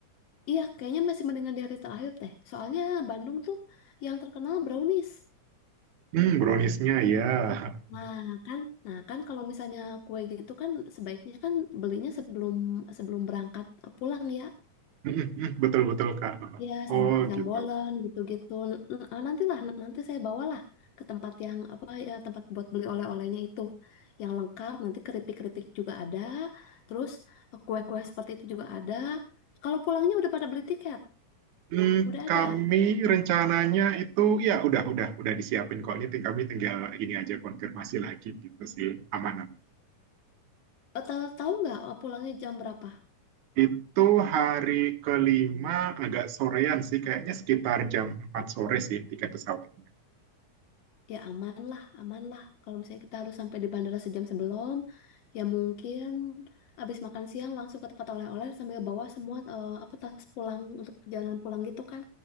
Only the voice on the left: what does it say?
Iya, kayaknya masih mendingan dari terakhir teh. Soalnya Bandung tuh yang terkenal brownies.
Nah kan, nah kan kalau misalnya kue gitu kan sebaiknya kan belinya sebelum sebelum berangkat pulang ya.
Ya
sama pisang
bolen gitu-gitu. N- n- ah, nantilah n- nanti saya bawalah ke tempat yang apa ya tempat buat beli oleh-olehnya itu yang lengkap. Nanti keripik-keripik juga ada. Terus kue-kue seperti itu juga ada. Kalau pulangnya udah pada beli tiket,
udah ada.
Eh, ta- Tahu nggak eh, pulangnya jam berapa?
Ya aman lah, aman lah. Kalau misalnya kita harus sampai di bandara sejam sebelum, ya mungkin abis makan siang langsung ke tempat oleh-oleh sambil bawa semua eh, apa tas pulang untuk perjalanan pulang gitu kan?